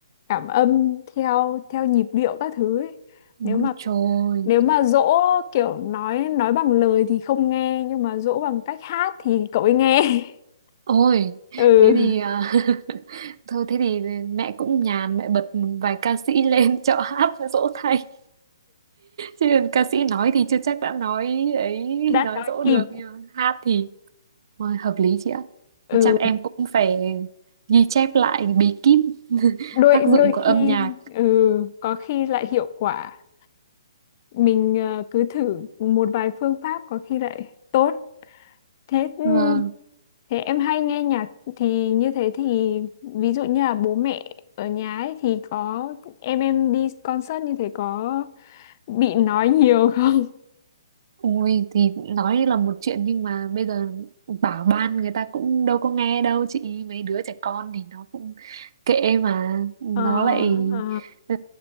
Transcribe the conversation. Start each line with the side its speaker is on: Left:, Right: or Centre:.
Left: cảm âm theo theo nhịp điệu các thứ ấy.
Right: Ôi
Left: Nếu mà
Right: trời.
Left: nếu mà dỗ kiểu nói nói bằng lời thì không nghe nhưng mà dỗ bằng cách hát thì cậu ấy nghe. <laughs>
Right: Ôi,
Left: Ừ,
Right: thế thì à, <laughs> thôi thế thì mẹ cũng nhàn mẹ bật vài ca sĩ lên cho <laughs> hát dỗ thay. Chứ ca sĩ nói thì chưa chắc đã nói ấy,
Left: đã
Right: nói
Left: nói
Right: dỗ
Left: kịp.
Right: được nhưng mà hát thì Ôi, hợp lý chị ạ.
Left: Ừ,
Right: Thì chắc em cũng phải ghi chép lại bí kíp
Left: đôi
Right: tác dụng
Left: đôi
Right: của âm
Left: khi
Right: nhạc.
Left: ừ có khi lại hiệu quả. Mình ờ, cứ thử một vài phương pháp có khi lại tốt. Thế ừ,
Right: Vâng.
Left: Thế em hay nghe nhạc thì như thế thì ví dụ như là bố mẹ ở nhà ấy thì có em em đi concert như thế có bị nói nhiều không? <laughs>
Right: Ui thì nói là một chuyện nhưng mà bây giờ bảo ban người ta cũng đâu có nghe đâu chị. Mấy đứa trẻ con thì nó cũng kệ mà nó
Left: Ờ,
Right: lại
Left: ờ,
Right: ừ,